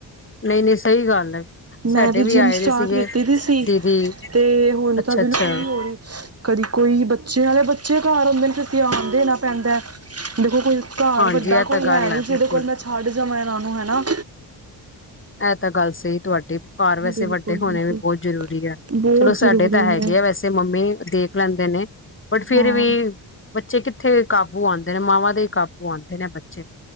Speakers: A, on the left; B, on the right.
A: ਨਹੀਂ ਨਹੀਂ ਸਹੀ ਗੱਲ ਹੈ।
B: ਮੈਂ
A: ਸਾਡੇ
B: ਵੀ ਜਿੰਮ
A: ਆਏ
B: ਸਟਾਰਟ
A: ਦੇ ਸੀਗੇ
B: ਕੀਤੀ ਦੀ ਸੀ
A: ਦੀਦੀ
B: ਤੇ ਹੁਣ
A: ਅੱਛਾ
B: ਤਾਂ ਬਿਲਕੁਲ
A: ਅੱਛਾ
B: ਨਹੀਂ ਹੋ ਰਹੀ ਕਦੀ ਕੋਈ ਬੱਚਿਆਂ ਵਾਲੇ ਬੱਚੇ। ਬੱਚੇ ਘਰ ਹੁੰਦੇ ਨੇ ਤੁਸੀ ਆਦੇ ਨਾ? ਪੈਂਦਾ ਦੇਖੋ, ਕੋਈ? ਘਰ
A: ਹਾਂਜੀ
B: ਵੱਡਾ
A: ਇਹ
B: ਕੋਈ
A: ਤਾਂ ਗੱਲ
B: ਹੈ ਨੀ ਜਿਹਦੇ
A: ਬਿਲਕੁਲ
B: ਕੋਲ ਮੈਂ ਛੱਡ ਜਾਵਾਂ। ਨੂੰ ਹਨਾ।
A: ਇਹ ਤਾਂ ਗੱਲ ਸਹੀ ਤੁਹਾਡੀ। ਘਰ ਵੈਸੇ
B: ਬਿਲਕੁਲ
A: ਵੱਡੇ
B: ਬਿਲਕੁਲ
A: ਹੋਣੇ ਵੀ ਬਹੁਤ ਜ਼ਰੂਰੀ ਆ
B: ਬਹੁਤ
A: ਚਲੋ
B: ਜ਼ਰੂਰੀ
A: ਸਾਡੇ ਤਾਂ ਹੈਗੇ
B: ਨੇ
A: ਆ ਵੈਸੇ ਮੰਮੀ ਦੇਖ ਲੈਂਦੇ ਨੇ ਬਟ ਫੇਰ
B: ਹਾਂ
A: ਵੀ ਬੱਚੇ ਕਿੱਥੇ। ਇੱਥੇ ਕਾਬੂ ਆਦੇ ਨੇ ਮਾਵਾਂ ਦੇ? ਕਾਬੂ ਆਦੇ ਨੇ ਬੱਚੇ